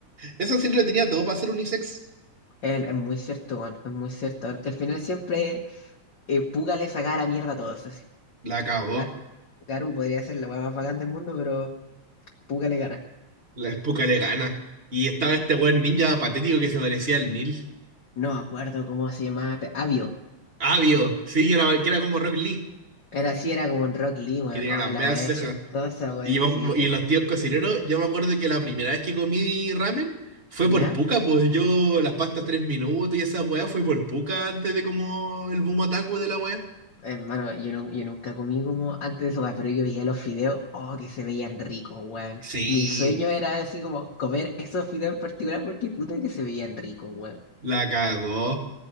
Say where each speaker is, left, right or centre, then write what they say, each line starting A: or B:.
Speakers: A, on the right (about 20°); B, on the left (about 50°).
A: Esa serie lo tenía todo para ser unisex.
B: Es, es muy cierto, weón, es muy cierto. Porque al final siempre eh, Puga le saca la mierda a todos. Así.
A: La cagó.
B: Ga- Garu podría ser la weá más bacán del mundo, pero Puga le gana.
A: La puca le gana. Y estaba este buen ninja patético que se parecía al Neil.
B: No me acuerdo cómo se llamaba. pe- Avio.
A: Avio, sí, que era, que era como Rock Lee,
B: Era así, era como un Rock Lee, weón.
A: que tenía
B: Oh,
A: las
B: la
A: medias
B: weá
A: cejas.
B: chistosa, weón.
A: Y, vamos-
B: Sí.
A: y
B: eh,
A: los tíos cocineros, yo me acuerdo que la primera vez que comí ramen fue
B: ¿Ya?
A: por puca, pues yo las pastas tres minutos y esa weá fue por puca antes de como el boom otaku de la weá.
B: Hermano, yo, nun- yo nunca comí como antes de eso, weón, pero yo veía los fideos, oh, que se veían ricos, weón.
A: Sí,
B: Mi sueño era así como comer esos fideos en particular porque puta que se veían ricos, weón.
A: la cagó.